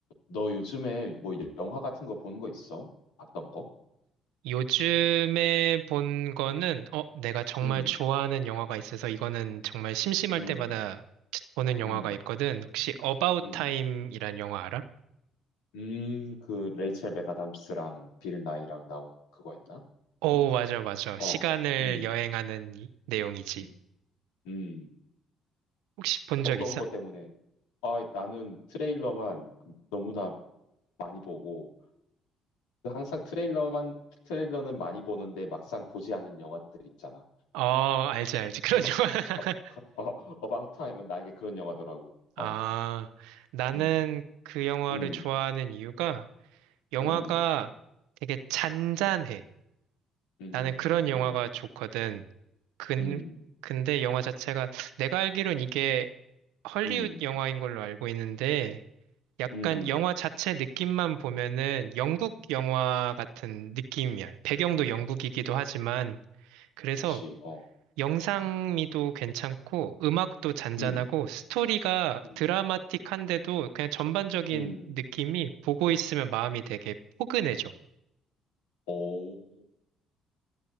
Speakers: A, on the left; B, on the right.
A: 너 요즘에 뭐 영화 같은 거 보는 거 있어? 봤던 거?
B: 요즘에 본 거는, 어, 내가 정말
A: 음,
B: 좋아하는 영화가 있어서 이거는 정말 심심할
A: 음,
B: 때마다 보는 영화가
A: 음,
B: 있거든. 혹시 About
A: 음,
B: Time이란 영화 알아?
A: 음, 그 레이첼 맥아담스랑 빌 나이랑 나온 그거였나?
B: 오, 맞아, 맞아.
A: 어,
B: 시간을
A: 음,
B: 여행하는 이- 내용이지.
A: 음, 음.
B: 혹시 본
A: 어떤
B: 적 있어?
A: 거 때문에? 아, 나는 트레일러만 너무나 많이 보고 그 항상 트레일러만 트레일러는 많이 보는데 막상 보지 않은 영화들 있잖아.
B: 어, 알지, 알지. 그런
A: 어,
B: 영화.
A: 어,
B: <laughs>
A: 어, 어, About Time은 나에게 그런 영화더라고.
B: 아,
A: 어,
B: 나는
A: 음,
B: 그 영화를
A: 음,
B: 좋아하는 이유가 영화가
A: 음.
B: 되게 잔잔해.
A: 음,
B: 나는 그런 영화가
A: 음,
B: 좋거든. 근,
A: 음,
B: 근데 영화 자체가 내가 알기론 이게 헐리우드
A: 음,
B: 영화인 걸로 알고 있는데 약간
A: 음, 음.
B: 영화 자체 느낌만 보면은 영국 영화 같은 느낌이야. 배경도 영국이기도 하지만 그래서
A: 그치, 어,
B: 영상미도 괜찮고 음악도 잔잔하고
A: 음,
B: 스토리가
A: 음,
B: 드라마틱한데도 그냥 전반적인
A: 음.
B: 느낌이 보고 있으면 마음이 되게 포근해져.
A: 오,